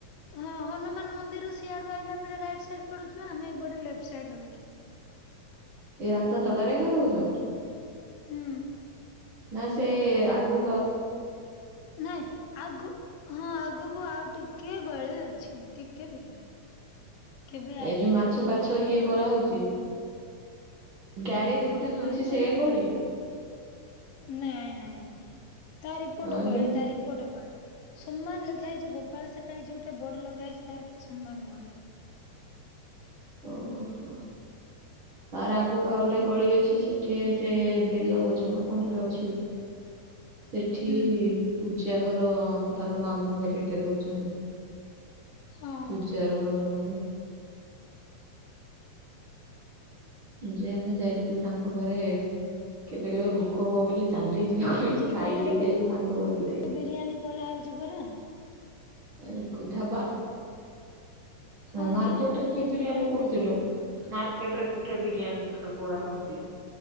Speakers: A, on the left; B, on the right.
A: ହଁ ହନୁମାନ ମନ୍ଦିର ସିଆଡ଼ୁ ଆଇଲା ବେଳେ ରାଇଟ ସାଇଟ ପଡୁଛି ଆମେ ଏପଟେ ଲେଫ୍ଟ ସାଇଡ଼ରେ ରହୁଛୁ।
B: ଏଇ ରାସ୍ତା ତଡ଼ାରେ ଏକା ରହୁଛ?
A: ହୁଁ।
B: ନା ସେ ଆଗ
A: ନାଇଁ ଆଗୁ ହଁ ଆଗକୁ ଆଉ ଟି କିଏ ଗଳି ଅଛି ଟିକେ ଭିତରେ। କେବେ
B: ଏ
A: ଆଇଲେ
B: ଯୋଉ ମାଛ
A: ଦେଖିବ
B: ପାଛ ଇଏ କରାହଉ ଚି ଗ୍ୟାରେଜ ଗୋଟେ
A: ନାଇଁ
B: ଯୋଉ ଅଛି
A: ମୁଁ
B: ସେ ଗଳି?
A: ନାଇଁ ନାଇଁଁ ନାଇଁ ତାର ଏପଟ
B: ଆହୁରି
A: ଗଳି ତାର ଏପଟ ଗଳି। ସମାନ ଲେଖା ହେଇଛି ଗୋପାଳ ସାହି ଯୋଉଟା ବୋଡ ଲଗା ହେଇଛି ତାର ସମାନ ଗଳି।
B: ଓହୋ ତାର ଆଗକୁ ଆଉ ଗୋଟେ
A: ହୁଁ
B: ଗଳି ଅଛି ସେଠି ସେ ସେ ବେଲ ଅଛ ନା କଣ ଗୋଟେ ଅଛି। ସେଠି
A: ହୁଁ ହୁଁ
B: ପୂଜା ଘର ତାର ମାମୁଁ ଘରେ ଏଇଠି ରହୁଛନ୍ତି।
A: ହଁ
B: ପୂଜାର ମାମୁଁ ଘରେ। ଯେ ଆମେ ଯାଇଥିଲୁ ତାଙ୍କ ଘରେ କେ କେବେ କେବେ ଭୋକ ହବ ବୋଲି ଚାଲିଯିବା
A: ହଁ
B: ପାଇଁ
A: ଖଜୁରୀ
B: ଖାଇଦିକି
A: ପଡାରେ ବି
B: ଆକୁ ତାଙ୍କ ଘରେ ଯାଇକି।
A: ବିରିୟାନୀ କରାହଉଛି ପରା
B: ଏ ଡ଼ାବା।
A: ହଁ
B: ମାର୍କେଟରେ
A: ଯେ
B: କେ
A: ଖଜୁରୀପଡାରେ
B: ବିରିୟାନୀ କୁରୁଚିଲୋ ମା। ଗୋଟେରେ ଗୋଟେ ବିରିୟାନୀ କରାହଉଛି।